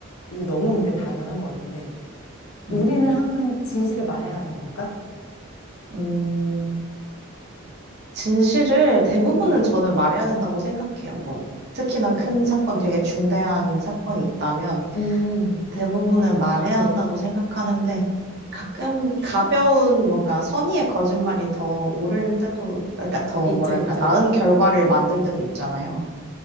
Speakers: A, on the left; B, on the right.
A: 이거 너무 근데 당연한 것 같은데,
B: 네.
A: 우리는 항상 진실을 말해야 하는 걸까?
B: 음, 진실을 대부분은
A: 네,
B: 저는 말해야 된다고 생각해요. 뭐, 특히나
A: 네.
B: 큰 사건, 되게 중대한 사건이 있다면,
A: 음,
B: 대부분은 말해야
A: 네.
B: 한다고 생각하는데 가끔 가벼운 뭔가 선의의 거짓말이 더 옳을 때도 그러니까 더
A: 있죠,
B: 뭐랄까
A: 있죠.
B: 나은 결과를 만들 때도 있잖아요.